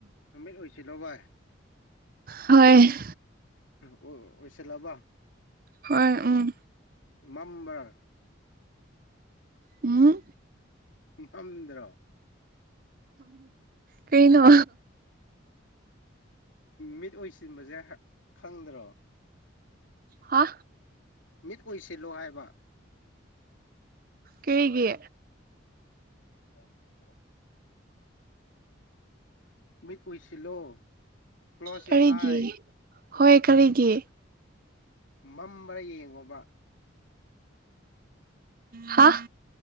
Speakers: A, on the left; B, on the right.
A: ꯅꯨꯃꯤꯠ ꯑꯣꯏꯁꯤꯜꯂꯣ ꯚꯏ
B: ꯍꯣꯏ
A: ꯑꯣ ꯑꯣꯏꯁꯂꯕ
B: ꯍꯣꯏ ꯎꯝ
A: ꯃꯝꯕꯔꯒ
B: ꯑ
A: ꯃꯝꯗ꯭ꯔ
B: ꯀꯩꯅꯩꯅ
A: ꯃꯤꯠ ꯑꯣꯏꯁꯤꯟꯕꯁꯦ ꯈꯪꯗ꯭ꯔꯣ
B: ꯍꯥ
A: ꯃꯤꯠ ꯑꯣꯏꯁꯤꯜꯂꯣ ꯍꯥꯏꯕ
B: ꯀꯩꯒꯤ
A: <unintelligible> ꯃꯤꯠ ꯎꯏꯁꯤꯜꯂꯣ ꯀꯂꯣꯁ
B: ꯀꯔꯤꯒꯤ
A: ꯌꯣꯔ ꯑꯥꯏ
B: ꯍꯣꯏ ꯀꯔꯤꯒꯤ
A: ꯃꯝꯕꯔ ꯌꯦꯡꯉꯨꯕ
B: ꯍꯥ